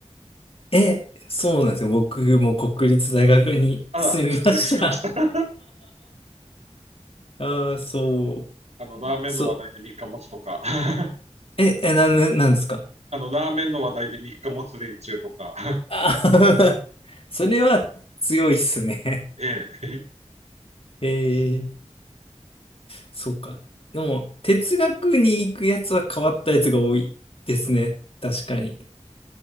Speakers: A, on the left; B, on the right.
A: え、そうなんですよ。僕も国立大学に住みました。
B: あら、失礼しました。
A: ああ、そ
B: <laughs> あの、ラーメンの話題で3日持つとか、
A: う、そう。
B: <laughs>
A: え、え、なん、ななんですか
B: あの、ラーメンの話題で3日持つ連中とか、
A: あーそれは強いっすね。
B: <laughs> ええ、
A: えーそうか。でも、哲学に行くやつは変わったやつが多いですね。確かに。